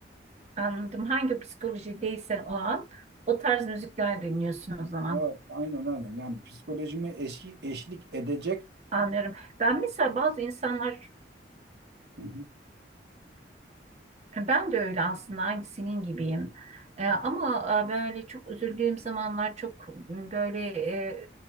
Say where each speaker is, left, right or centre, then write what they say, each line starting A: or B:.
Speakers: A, on the right (about 40°); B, on the right (about 65°).
A: Anladım. Hangi psikolojideysen o an o tarz müzikler dinliyorsun o zaman.
B: Aa, aynen aynen. Yani psikolojime eşi, eşlik edecek
A: Anlıyorum. Ben mesela bazı insanlar,
B: Hı hı.
A: ben de öyle aslında aynı senin gibiyim. Ee, ama e, böyle çok üzüldüğüm zamanlar çok böyle e,